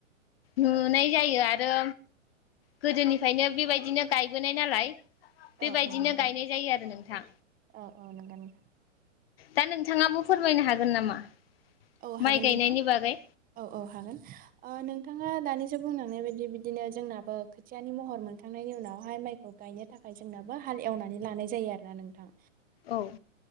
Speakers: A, on the left; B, on the right.
A: नुनाय जायो आरो गोदोनिफ्रायनो बेबायदिनो गायबोनाय नालाय बेबायदिनो
B: औ औ नंगौ नोंथां
A: गायनाय जायो आरो नोंथां।
B: औ औ नंगौ नोंथां
A: दा नोंथाङाबो फोरमायनो हागोन नामा
B: औ हागोन
A: माइ गायनायनि
B: नोंथां
A: बागै
B: औ औ हागोन ओ नोंथाङा दानि सो बुंलांनाय बायदि बिदिनो जोंनाबो खोथियानि महर मोनखांनायनि उनावहाय माइखौ गायनो थाखाय जोंनाबो हाल एवनानै लानाय जायो आरोना नोंथां।
A: औ